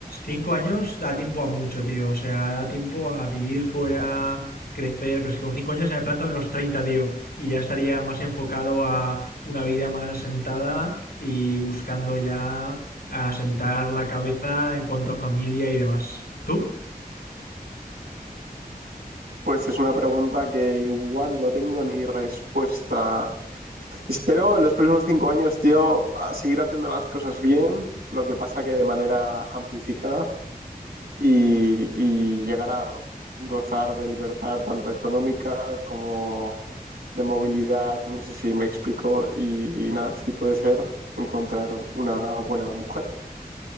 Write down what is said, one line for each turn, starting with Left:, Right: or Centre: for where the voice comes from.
Left: cinco años da tiempo a mucho, tío. O sea, da tiempo a vivir fuera, crecer. Pero es que con cinco años ya me planto en los treinta tío. Y ya estaría más enfocado a una vida más asentada y buscando ya asentar la cabeza en cuanto a familia y demás. ¿Tú?
Right: Pues es una pregunta que igual no tengo ni respuesta Espero en los próximos cinco años, tío, a seguir haciendo las cosas bien, lo que pasa que de manera amplificada y, y llegar a gozar de libertad tanto económica como de movilidad, no sé si me explico, y, y nada, si puede ser encontrar una buena mujer.